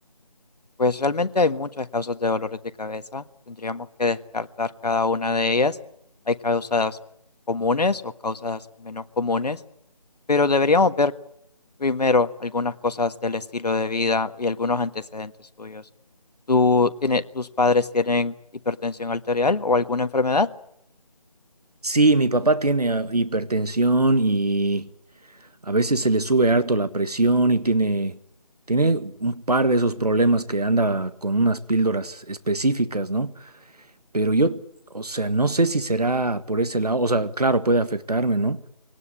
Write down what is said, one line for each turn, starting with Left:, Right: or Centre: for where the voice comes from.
Left: Pues realmente hay muchas causas de dolores de cabeza. Tendríamos que descartar cada una de ellas. Hay causas comunes o causas menos comunes, pero deberíamos ver primero algunas cosas del estilo de vida y algunos antecedentes tuyos. ¿Tú tiene- tus padres tienen hipertensión arterial o alguna enfermedad?
Right: Sí, mi papá tiene ah, hipertensión y a veces se le sube harto la presión y tiene, tiene un par de esos problemas que anda con unas píldoras específicas, ¿no? pero yo, o sea, no sé si será por ese lado, o sea, claro, puede afectarme, ¿no?